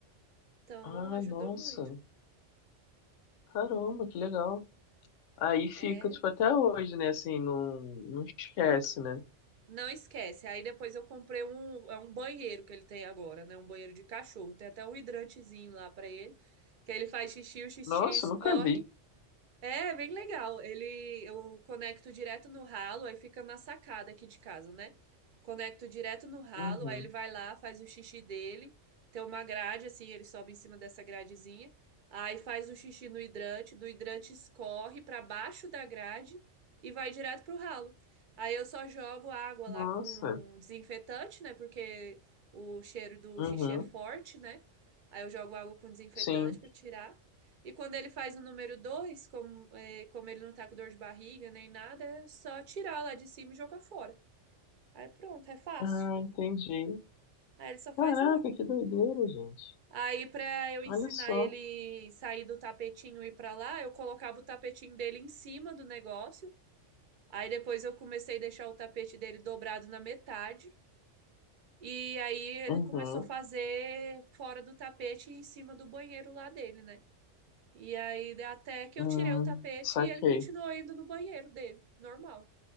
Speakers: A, on the right (about 50°); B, on the left (about 80°).
A: Então
B: Ah,
A: ajudou
B: nossa.
A: muito.
B: Caramba, que legal. Aí fica,
A: É.
B: tipo, até hoje, né? Assim, não, não esquece, né?
A: Não esquece. Aí depois eu comprei um, é um banheiro que ele tem agora, né? Um banheiro de cachorro. Tem até um hidrantezinho lá pra ele, que aí ele faz xixi, o xixi
B: Nossa,
A: escorre
B: nunca vi.
A: é, bem legal. Ele, eu conecto direto no ralo, aí fica na sacada aqui de casa, né? Conecto direto no ralo,
B: Uhum.
A: aí ele vai lá, faz o xixi dele. Tem uma grade assim, ele sobe em cima dessa gradezinha. Aí faz o xixi no hidrante, do hidrante escorre para baixo da grade e vai direto pro ralo. Aí eu só jogo água
B: Nossa.
A: lá com desinfetante, né? Porque o cheiro do
B: Uhum.
A: xixi é forte, né? Aí eu jogo água com desinfetante
B: Sim.
A: para tirar. E quando ele faz o número 2, como, é, como ele não tá com dor de barriga nem nada, é só tirar lá de cima e jogar fora. Aí pronto, é fácil.
B: Ah, entendi.
A: Aí ele só faz
B: Caraca,
A: lá.
B: que doideira, gente.
A: Aí, pra eu ensinar
B: Olha só.
A: ele sair do tapetinho e ir pra lá, eu colocava o tapetinho dele em cima do negócio. Aí depois eu comecei a deixar o tapete dele dobrado na metade. E aí ele
B: Uhum.
A: começou a fazer fora do tapete em cima do banheiro lá dele, né? E aí, até que
B: Hum,
A: eu tirei o tapete
B: saquei.
A: e ele continuou indo no banheiro dele, normal.